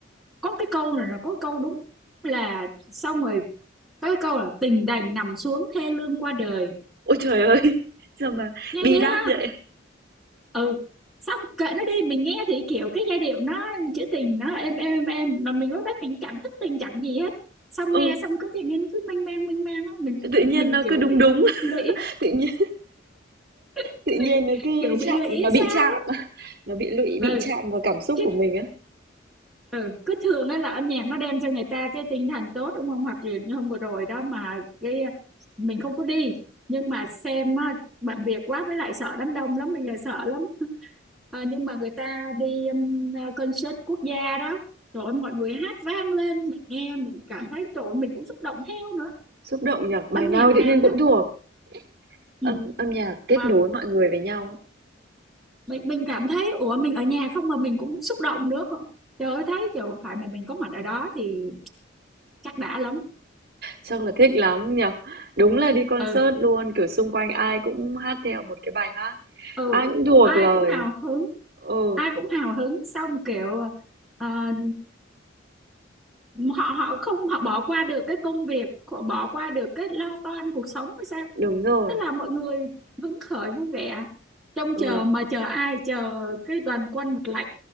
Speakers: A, in the centre; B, on the right.
A: có cái câu này là có câu đúng là xong rồi có cái câu là tình đành nằm xuống thê lương qua đời
B: Ôi trời ơi. <laughs> Sao mà
A: nghe
B: bi
A: ghê
B: đát
A: ha
B: vậy?
A: ừ xong kệ nó đi mình nghe thì kiểu cái giai điệu nó trữ tình nó êm êm êm mà mình lúc đó mình chẳng thích tình chẳng gì hết xong
B: Ừ,
A: nghe xong cứ tự nhiên nó cứ mênh mang mênh mang á mình
B: tự nhiên
A: mình
B: nó
A: kiểu
B: cứ đúng
A: bị
B: đúng, <laughs>
A: lụy
B: tự nhiên
A: <laughs>
B: Tự nhiên nó cứ
A: kiểu bị
B: chạm
A: lụy
B: nó
A: hay
B: bị
A: sao
B: chạm, <laughs> nó bị lụy,
A: á
B: bị
A: ừ.
B: chạm vào cảm xúc
A: chứ
B: của mình á.
A: ừ cứ thường ấy là âm nhạc nó đem cho người ta cái tinh thần tốt đúng không hoặc như, như hôm vừa rồi đó mà cái mình không có đi nhưng mà xem á, bận việc quá với lại sợ đám đông lắm bây giờ sợ lắm <laughs> Ờ, nhưng mà người ta đi um, concert quốc gia đó rồi mọi người hát vang lên mình nghe mình cảm thấy rồi mình cũng xúc động theo nữa
B: Xúc động nhở Bài
A: âm nhạc
B: nào
A: làm
B: tự nhiên cũng
A: đó
B: thuộc.
A: ừ.
B: Âm âm nhạc kết
A: mà
B: nối mọi người với nhau á.
A: mình mình cảm thấy ủa mình ở nhà không mà mình cũng xúc động nữa trời ơi thấy trời phải mà mình có mặt ở đó thì chắc đã lắm
B: Chắc là thích lắm nhở Đúng là đi concert
A: ừ
B: luôn, kiểu xung quanh ai cũng hát theo một cái bài hát.
A: ừ
B: Ai cũng thuộc
A: ai
B: lời.
A: cũng hào hứng
B: Ừ,
A: ai cũng hào hứng xong kiểu ờ, họ họ không họ bỏ qua được cái công việc họ bỏ qua được cái lo toan cuộc sống hay sao
B: đúng rồi.
A: thế là mọi người hứng khởi vui vẻ trông
B: Ừ,
A: chờ mà chờ ai chờ cái đoàn quân mặt lạnh